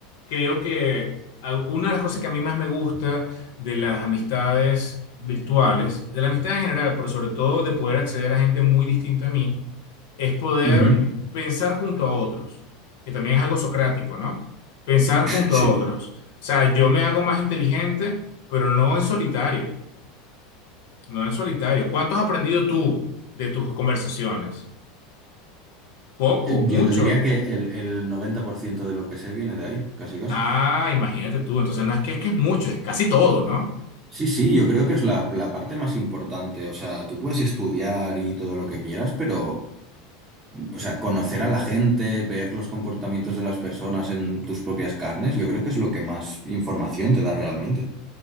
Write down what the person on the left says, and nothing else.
creo que a- una de las cosas que a mí más me gusta de las amistades virtuales, de la amistad en general, pero sobre todo de poder acceder a gente muy distinta a mí, es poder
pensar junto a otros, que también es algo socrático, ¿no? Pensar junto
a otros. O sea, yo me hago más inteligente, pero no en solitario, no en solitario. ¿Cuánto has aprendido tú de tus conversaciones? Poco,
mucho.
Ah, imagínate tú. Entonces no es que es que es mucho, es casi todo, ¿no?